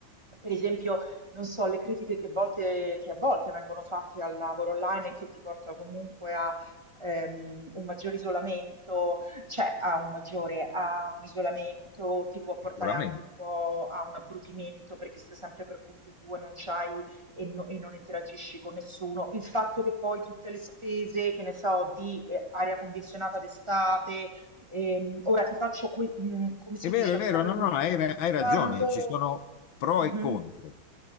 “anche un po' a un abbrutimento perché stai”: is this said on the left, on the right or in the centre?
Right